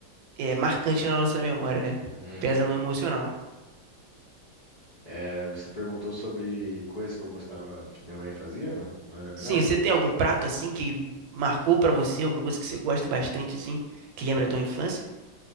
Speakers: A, on the right; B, on the left.
A: é marcante na nossa memória, né?
B: Uhum.
A: Pesa no emocional.
B: É, você perguntou sobre coisas que eu gostava que minha mãe fazia, mano, quando eu era menor?
A: Sim, você tem algum prato assim que marcou pra você, alguma coisa que você gosta bastante assim, que lembra a tua infância?